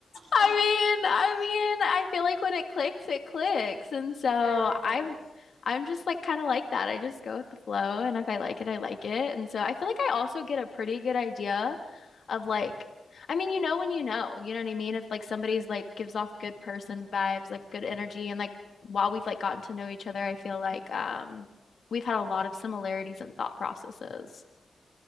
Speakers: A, on the left; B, on the right.
A: I
B: <laughs>
A: mean, I mean, I feel like when it clicks, it clicks. And so
B: It really does.
A: I'm I'm just like kind of like that. I just go with the flow and if I like it, I like it. And so I feel like I also get a pretty good idea of like I mean, you know when you know, you know what I mean? If like somebody's like gives off good person vibes, like good energy and like while we've like gotten to know each other, I feel like um we've had a lot of similarities and thought processes.